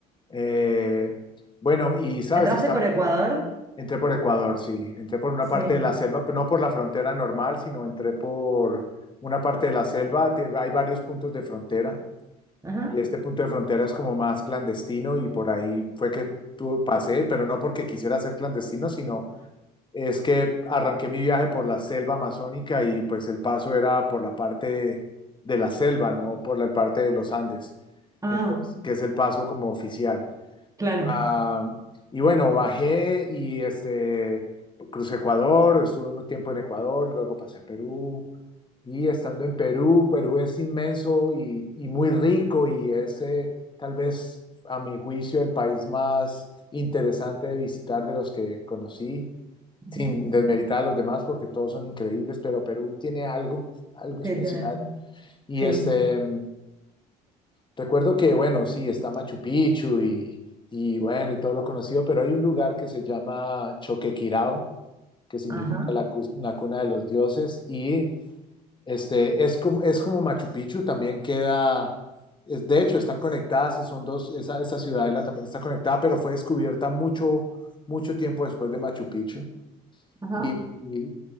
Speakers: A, on the left; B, on the right.
A: eh, bueno, y sabes,
B: ¿Entraste
A: está,
B: por Ecuador?
A: entré por Ecuador, sí, entré por una
B: Sí.
A: parte de la selva, pero no por la frontera normal, sino entré por una parte de la selva. te- hay varios puntos de frontera.
B: Ajá.
A: Y este punto de frontera es como más clandestino y por ahí fue que tu- pasé, pero no porque quisiera ser clandestino, sino es que arranqué mi viaje por la selva amazónica y pues el paso era por la parte de la selva, no por la parte de los Andes.
B: Ah,
A: Entonces, que es el paso como oficial.
B: claro.
A: Ah, y bueno, bajé y este, crucé Ecuador, estuve un tiempo en Ecuador, luego pasé a Perú. Y estando en Perú, Perú es inmenso y, y muy rico y es eh, tal vez a mi juicio el país más interesante de visitar de los que conocí,
B: Ujú.
A: sin desmeritar a los demás porque todos son increíbles, pero Perú tiene algo, algo
B: Sí,
A: especial.
B: tienen.
A: Y
B: Sí.
A: este, Recuerdo que, bueno, sí, está Machu Picchu y, y, bueno, y todo lo conocido, pero hay un lugar que se llama Choquequirao, que significa
B: Ajá,
A: la, cus- la cuna de los dioses, y este, es como, es como Machu Picchu, también queda, es- de hecho, están conectadas, son dos, esa, esa ciudadela también está conectada, pero fue descubierta mucho, mucho tiempo después de Machu Picchu.
B: ajá.
A: Y, y